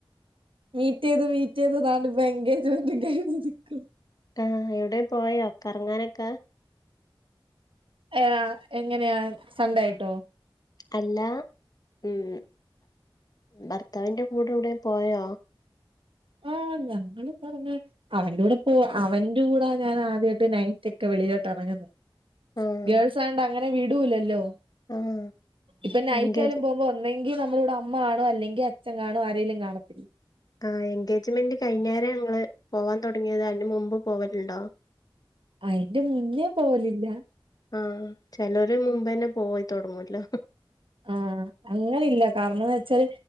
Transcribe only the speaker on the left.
ആഹ് എവിടെയും പോയോ കറങ്ങാനൊക്കെ
അല്ല ഉം ഭർത്താവിന്റെ കൂടെ എവിടെ പോയോ
ആഹ്
ആഹ്
എൻഗേജ്
ആ എൻഗേജ്മെന്റ് കൈഞ്ഞേരം ഞങ്ങള് പോവാൻ തുടങ്ങിയത് അതിന് മുമ്പ് പോവലുണ്ടോ
ആഹ് ചെലര് മുമ്പ് തന്നെ പോയിത്തുടങ്ങൂല്ലോ